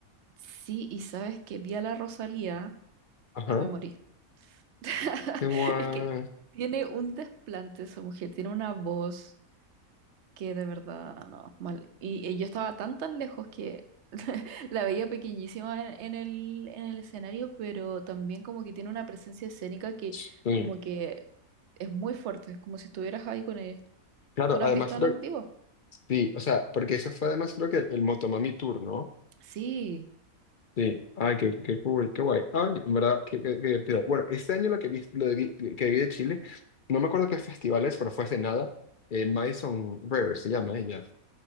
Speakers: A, on the right (about 55°); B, on the left (about 60°).
A: Sí, y sabes que vi a la Rosalía
B: Ajá.
A: y me morí. <laughs>
B: Qué guay.
A: Es que tiene un desplante esa mujer, tiene una voz. que de verdad, no, mal. Y, y yo estaba tan tan lejos que <laughs> la veía pequeñísima en, en el, en el escenario, pero también como que tiene una presencia escénica que
B: Sí.
A: como que es muy fuerte, es como si estuvieras ahí con ella.
B: Claro,
A: ¿Tú la
B: además
A: has visto
B: creo
A: en
B: que...
A: vivo?
B: Sí, o sea, porque eso fue además creo que el, el Motomami Tour, ¿no?
A: Sí,
B: Sí. Ay, qué, qué cool, qué guay. Ay, en verdad, qué, qué- qué divertido. Bueno, este año lo que vi, lo de vi- que vi de Chile, no me acuerdo qué festivales, pero fue hace nada. Eh, Madison River se llama ella.